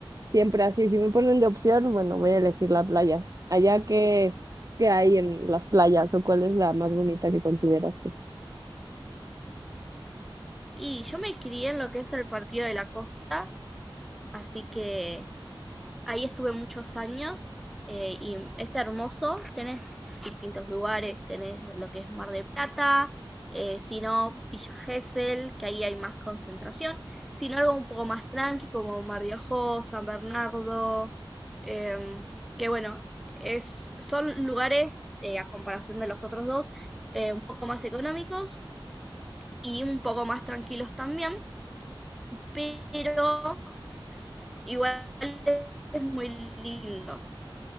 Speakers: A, on the right; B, in the centre.
A: Siempre así, si me ponen de opción, bueno, voy a elegir la playa. Allá qué qué hay en las playas o cuál es la más bonita que consideras tú?
B: Y yo me crié en lo que es el Partido de la Costa, así que Ahí estuve muchos años eh, y es hermoso. Tenés distintos lugares, tenés lo que es Mar del Plata, eh, si no, Villa Gesell, que ahí hay más concentración, si no, algo un poco más tranqui como Mar de Ajó, San Bernardo, em, que bueno, es, son lugares eh, a comparación de los otros dos eh, un poco más económicos y un poco más tranquilos también, pero igual es muy lindo.